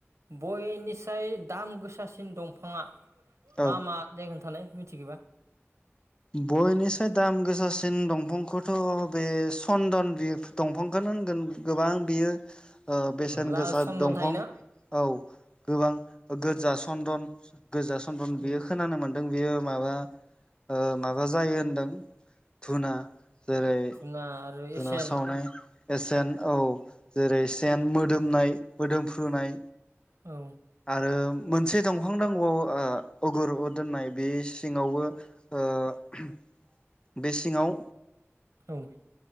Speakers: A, on the right (about 75°); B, on the left (about 20°).
A: बयनिसाय दाम गोसासिन दंफाङा मा
B: औ
A: मा दे खोन्थानाय मिथिगोबा
B: बयनिसाय दाम गोसासिन दंफांखौथ' बे सन्दन बिफ दंफांखौनो होनगोन गोबां बियो ओ बेसेन
A: लाल
B: गोसा
A: चन्दन
B: दंफां
A: थायोना
B: औ गोबां गोजा सन्दन गोजा सन्दन
A: उम
B: बियो खोनानो मोनदों। बेयो माबा ओ माबा जायो होनदों धुना जेरै
A: धुना आरो
B: धुना
A: एसेन
B: सावनाय। एसेन औ जेरै सेन
A: उम
B: मोदोमनाय, मोदोमफ्रुनाय
A: औ
B: आरो मोनसे दंफां नांगौआव आ अगर दोननाय बे सिङावबो ओ बे सिङाव
A: औ